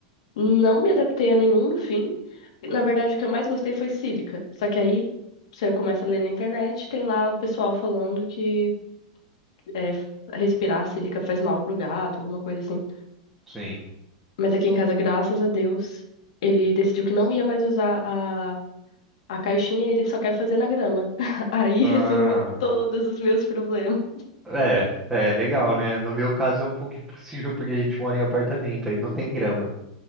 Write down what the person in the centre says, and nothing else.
sim.
Ah,
é, é legal, né? No meu caso é um pouco <laughs> impossível porque a gente mora em apartamento, aí não tem grama.